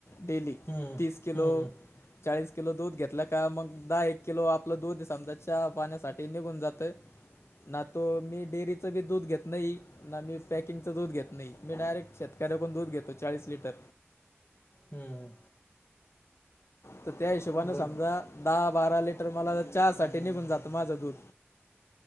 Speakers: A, on the left; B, on the left.
A: डेली
B: हम्म
A: तीस किलो.
B: हम्म हम्म
A: चाळीस किलो दूध घेतलं का मग, दहा एक किलो आपलं दूध समजा चहा पाण्यासाठी निघून जातंय. ना तो मी डेअरीचं बी दूध घेत नाही ना मी पॅकिंगचं दूध घेत नाई. मी डायरेक्ट शेतकऱ्याकून दूध घेतो चाळीस लिटर.
B: हम्म.
A: तर त्या हिशोबानें
B: बरोबर
A: समजा दहा बारा लिटर मला चहासाठी निघून जातं माझं दूध.